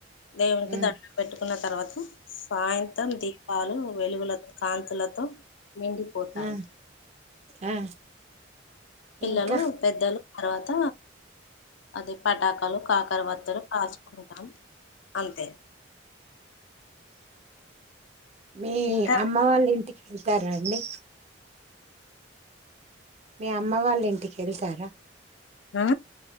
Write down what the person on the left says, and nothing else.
దేవునికి
దండం పెట్టు ఉన్న తర్వాత సాయంత్రం దీపాలు వెలుగుల కాంతులతో నిండిపోతాయి
పిల్లలు
పెద్దలు తర్వాత అది పటాకాలు కాకర వత్తలు కాచుకుంటాం అంతే
ఇంకా
ఆ